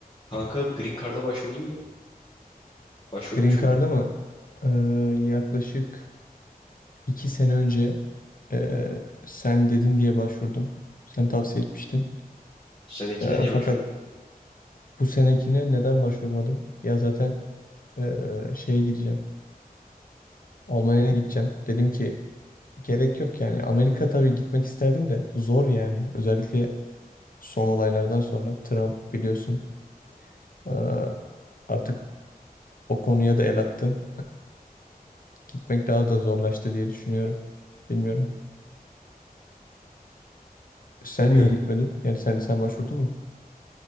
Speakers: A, on the left (about 30°); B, on the left (about 65°).
A: Kanka Green Card'a başvurdun mu? Başvurmuş
B: Green Card'a
A: muydun?
B: mı? Ee, yaklaşık iki sene önce ee, sen dedin diye başvurdum. Sen tavsiye etmiştin.
A: Bu senekine
B: Ee,
A: niye
B: fakat
A: başvurmadın?
B: bu senekine neden başvurmadım? Ya zaten ee, şeye gideceğim. Almanya'ya gideceğim. Dedim ki gerek yok yani. Amerika tabii gitmek isterdim de zor yani. Özellikle son olaylardan sonra Trump biliyorsun ee, artık o konuya da el attı. Gitmek daha da zorlaştı diye düşünüyorum. Bilmiyorum. Sen
A: Bilmiyorum.
B: niye gitmedin? Yani sen sen başvurdun mu?